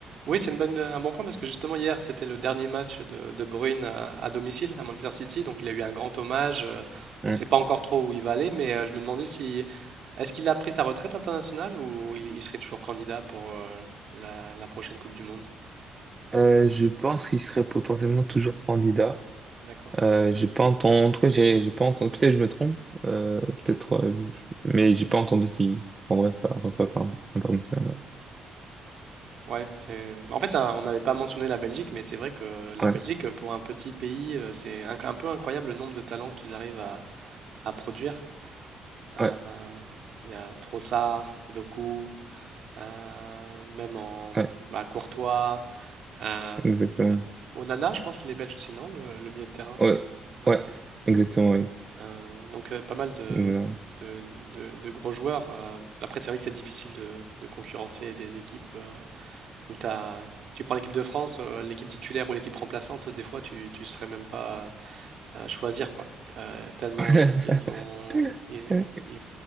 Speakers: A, on the right; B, on the right.
A: Oui, c'est une bonne- un bon point parce que justement hier, c'était le dernier match de, de Bruyne à, à domicile à Manchester City, donc il a eu un grand hommage. euh,
B: ça.
A: On ne sait
B: Mm.
A: pas encore trop où il va aller, mais euh, je me demandais si est-ce qu'il a pris sa retraite internationale ou il, il serait toujours candidat pour euh, la, la prochaine Coupe du Monde.
B: Euh, je pense qu'il serait potentiellement toujours candidat.
A: D'accord.
B: Euh, j'ai pas entendu, en tout cas, j'ai j'ai pas entendu, peut-être je me trompe, euh, peut-être, euh, je- mais j'ai pas entendu qu'il qu'il prendrait sa retraite hein, internationale.
A: Ouais, c'est. En fait, c'est un- on n'avait pas mentionné la Belgique, mais c'est vrai que la
B: Ouais,
A: Belgique, pour un petit pays, euh, c'est un, un peu incroyable le nombre de talents qu'ils arrivent à, à produire. Euh,
B: ouais,
A: Il y a Trossard, Doku. euh, même en
B: ouais,
A: bah, Courtois. euh,
B: exactement.
A: euh, Onana, je pense qu'il est belge aussi, non? Le, le milieu de terrain.
B: Ouais,
A: Ouais.
B: ouais, exactement, oui.
A: Euh, donc euh, pas mal de,
B: Non.
A: de, de- de gros joueurs. euh. Après, c'est vrai que c'est difficile de, de concurrencer des équipes euh, où t'as, tu prends l'équipe de France, euh, l'équipe titulaire ou l'équipe remplaçante, des fois tu ne serais même pas euh, à choisir quoi. Euh, tellement
B: <laughs>
A: i- ils, ont, ils-
B: Ouais,
A: ils-